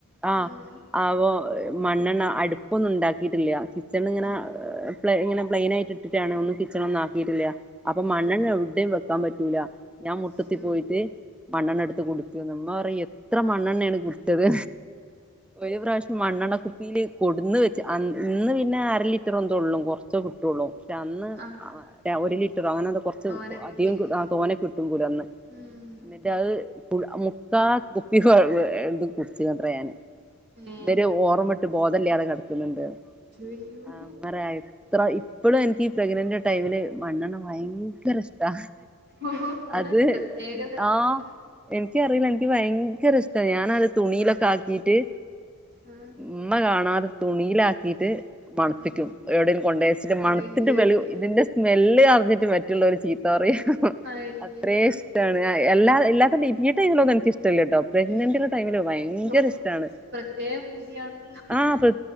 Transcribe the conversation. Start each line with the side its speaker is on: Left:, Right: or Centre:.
Centre: ആ
Right: ആഹ്
Centre: അ മണ്ണെണ്ണ അടുപ്പ് ഒന്നും ഉണ്ടാ ക്കിടില്ല പ്പെട്ടന്ന് ഇങ്ങനെ
Right: ആഹ്
Centre: പ്ലേ ഇങ്ങ പ്ലെയിനയിട്ട് ഇട്ടിട്ടാണ് ഒന്നും കിച്ചൺ ഒന്നും ആകിയിട്ടില്ല അപ്പൊ മണ്ണെണ്ണ
Right: ഓഹ്
Centre: എവിടെ വെക്കാൻ പറ്റൂല ഞാൻ മുട്ടത്തി
Right: ശോ
Centre: പോയിട്ട് മണ്ണെണ്ണ എടുത്ത് കുടിക്കും ഉമ്മ പറയും എത്ര മണ്ണെണ്ണയാണ് കുടുച്ചത് ഒരു പ്രാവശ്യം മണ്ണെണ്ണ കുപ്പിൽ കൊടുന്ന് അന്ന ഇന്ന് പിന്നെ അര ലിറ്ററെന്തേ ഉള്ളു കുറച്ചേ കിട്ടുള്ളൂ അന്ന്
Right: ആഹ്
Centre: അ ഒരു ലിറ്ററോ അങ്ങനെ എന്തോ കുറച്ച്
Right: തോനൊക്കെ
Centre: അധികം
Right: ഇട്ടേക്കുല്ലേ
Centre: കിട്ട് തോനെ കിട്ടും കൂല അന്ന്
Right: ഉം
Centre: എന്നിട്ട് അത് <unintelligible> കാ കുപ്പി കൊറേ ഇത് കുടിച്ച് ഞാന്
Right: ഏഹ്
Centre: വര് ഓർമ്മിട്ട് ബോധല്ലാതെ കിട ണ്ട്
Right: അയ്യോ
Centre: <unintelligible> ഇത്ര ഈ ഇപ്പളും എനിക്ക് ഈ പ്രഗ്‌നൻ്റ് ടൈമില് മണ്ണെണ്ണ ഭയങ്കര ഇഷ്ടാ
Right: ഓഹ് ഇങ്ങള്
Centre: അത്
Right: പ്രത്യേക തരം
Centre: ആ
Right: ഇതാണ്
Centre: എനിക്കറിയില്ല എനിക്ക് ഭയങ്കര ഇഷ് ഞാനത് തുണിയിലൊക്കെ ആക്കിട്ട്
Right: ആഹ്
Centre: ഇമ്മ കാണാത തുണിയിലാക്കിയിട്ട് മണപ്പിക്കും
Right: ആഹ്
Centre: എവിടെങ്കിലും കൊണ്ടേ വച്ചിട്ട് മണത്തിട്ട്
Right: അയ്യയ്യോ
Centre: വെളി ഇതിന്റെ സ് <unintelligible> ന്നിട്ട് മറ്റുള്ളവര് ചീത്ത പറയും
Right: അയ്യയ്യോ
Centre: അത്രേ ഇഷ്ടാണ് എല്ലാ എല്ലാ <unintelligible> ഈ ടൈം എനിക്ക് ഇഷ് ല്ലാട്ടോ പ്രഗ്നന്റ്
Right: ഉം
Centre: ടൈമിലെ ഭയങ്കര
Right: ഓഹ്
Centre: ഇഷ്ടാണ്
Right: പ്രത്യേക പൂതിയാണല്ലോ
Centre: ആഹ് പ്ര